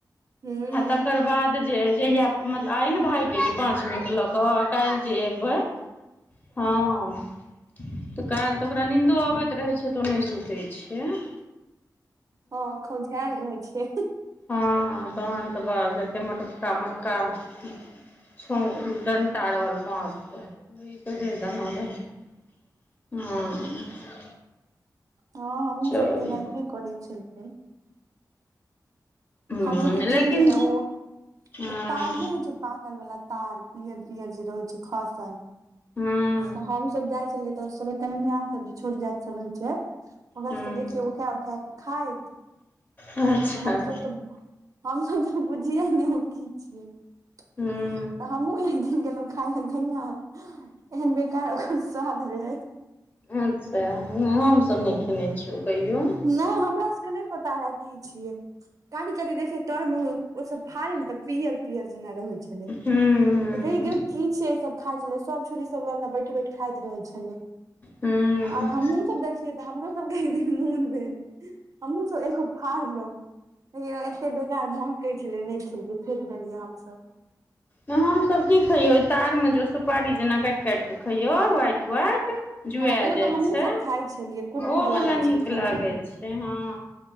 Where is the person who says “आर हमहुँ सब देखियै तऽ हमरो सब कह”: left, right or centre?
Right